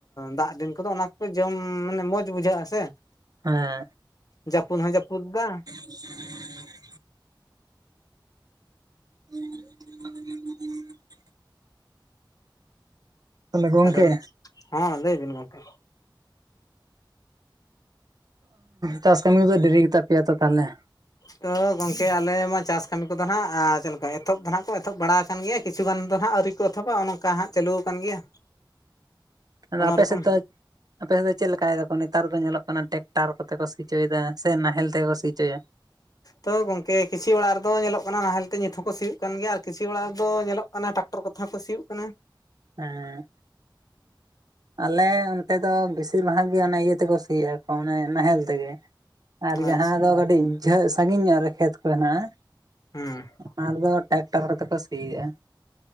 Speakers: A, on the left; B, on the right.
A: ᱫᱟᱜ ᱫᱤᱱ ᱠᱚᱫᱚ ᱚᱱᱟ ᱠᱚ ᱜᱮ ᱡᱚᱢ ᱢᱟᱱᱮ ᱢᱚᱡᱽ ᱵᱩᱡᱷᱟᱹᱜ-ᱟ ᱥᱮ
B: ᱦᱮᱸ
A: ᱡᱟᱹᱯᱩ ᱦᱚᱸ ᱡᱟᱹᱯᱩᱫ ᱫᱟ
B: <inaudible> <inaudible> ᱛᱟᱦᱚᱞᱮ ᱜᱚᱝᱠᱮ
A: ᱟᱫᱚ ᱦᱚᱸ ᱞᱟᱹᱭ ᱵᱤᱱ ᱜᱚᱢᱠᱮ
B: ᱪᱟᱥ ᱠᱟᱹᱢᱤ ᱠᱚᱫᱚ ᱰᱮᱨᱤ ᱜᱮᱛᱟ ᱯᱮᱭᱟ ᱛᱚ ᱛᱟᱦᱚᱞᱮ
A: ᱛᱚ ᱜᱚᱝᱠᱮ ᱟᱞᱮ ᱢᱟ ᱪᱟᱥ ᱠᱟᱹᱢᱤ ᱠᱚᱫᱚ ᱱᱟᱦᱟᱜ ᱪᱮᱫ ᱞᱮᱠᱟ ᱮᱛᱚᱦᱚᱵ ᱫᱚ ᱱᱟᱦᱟᱜ ᱠᱚ ᱮᱛᱚᱦᱚᱵ ᱵᱟᱲᱟ ᱟᱠᱟᱱ ᱜᱮᱭᱟ ᱠᱤᱪᱷᱩ ᱜᱟᱱ ᱫᱚ ᱱᱟᱦᱟᱜ ᱟᱹᱣᱨᱤ ᱠᱚ ᱮᱛᱚᱦᱚᱵᱟ ᱱᱚᱝᱠᱟ ᱦᱟᱸᱜ ᱪᱟᱹᱞᱩ ᱠᱟᱱ ᱜᱮᱭᱟ
B: ᱦᱩᱸ ᱟᱫᱚ
A: ᱚᱱᱟ
B: ᱟᱯᱮ
A: ᱨᱚᱠᱚᱢ
B: ᱥᱮᱫ ᱫᱚ ᱟᱯᱮ ᱥᱮᱫ ᱫᱚ ᱪᱮᱫ ᱞᱮᱠᱟᱭ ᱫᱟᱠᱚ ᱱᱮᱛᱟᱨ ᱫᱚ ᱧᱮᱞᱚᱜ ᱠᱟᱱᱟ ᱴᱮᱠᱴᱟᱨ ᱠᱚᱛᱮ ᱠᱚ ᱥᱤᱪᱚᱭ ᱮᱫᱟ ᱥᱮ ᱱᱟᱦᱮᱞ ᱛᱮ ᱜᱮ ᱠᱚ ᱥᱤᱪᱚᱭᱟ
A: ᱛᱚ ᱜᱚᱝᱠᱮ ᱠᱤᱪᱷᱤ ᱚᱲᱟᱜ ᱨᱮᱫᱚ ᱧᱮᱞᱚᱜ ᱠᱟᱱᱟ ᱱᱟᱦᱮᱞ ᱛᱮ ᱱᱤᱛ ᱦᱚᱸᱠᱚ ᱥᱤᱭᱳᱜ ᱠᱟᱱ ᱜᱮᱭᱟ ᱟᱨ ᱠᱤᱥᱤ ᱚᱲᱟᱜ ᱨᱮᱫᱚ ᱧᱮᱞᱚᱜ ᱠᱟᱱᱟ ᱴᱟᱠᱴᱟ ᱴᱚᱨ ᱠᱚᱛᱷᱮ ᱦᱚᱸ ᱠᱚ ᱥᱤᱭᱳᱜ ᱠᱟᱱᱟ᱾
B: ᱦᱮᱸ ᱟᱞᱮ ᱚᱱᱛᱮ ᱫᱚ ᱵᱤᱥᱤᱨ ᱵᱷᱟᱜᱽ ᱜᱮ ᱚᱱᱮ ᱤᱭᱟᱹ ᱛᱮᱠᱚ ᱥᱤᱭᱮᱫᱼᱟ ᱠᱚ ᱚᱱᱮ ᱱᱟᱦᱮᱞ ᱛᱮᱜᱮ᱾ ᱟᱨ ᱡᱟᱦᱟᱸ
A: ᱟᱪᱪᱷᱟ
B: ᱫᱚ ᱠᱟᱹᱴᱤᱡ ᱡᱚᱜ ᱥᱟᱺᱜᱤᱧ ᱧᱚᱜ ᱨᱮ ᱠᱷᱮᱛ ᱠᱚ ᱦᱮᱱᱟᱜᱼᱟ
A: ᱦᱩᱸ
B: ᱚᱱᱟ ᱫᱚ ᱴᱨᱟᱠᱴᱟᱨ ᱠᱚᱛᱮ ᱠᱚ ᱥᱤᱭᱤᱭᱟ᱾